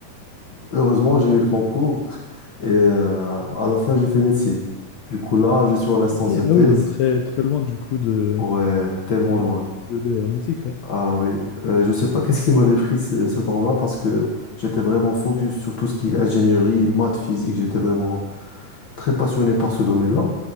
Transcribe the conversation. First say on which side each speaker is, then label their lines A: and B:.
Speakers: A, on the left; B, on the left.
A: heureusement, j'ai eu le concours. <laughs> Et euh, à la fin, j'ai fait médecine. Du coup, là, je suis en instance
B: Ok,
A: de thèse.
B: Ah oui, donc très, très loin du coup de,
A: Ouais, tellement
B: merde,
A: loin.
B: de, de l'aéronautique, ouais.
A: Ah oui, Euh, je sais pas qu'est-ce qui m'avait pris ce, ce temps-là parce que j'étais vraiment focus sur tout ce qui est ingénierie, maths, physique. J'étais vraiment très passionné par ce domaine-là.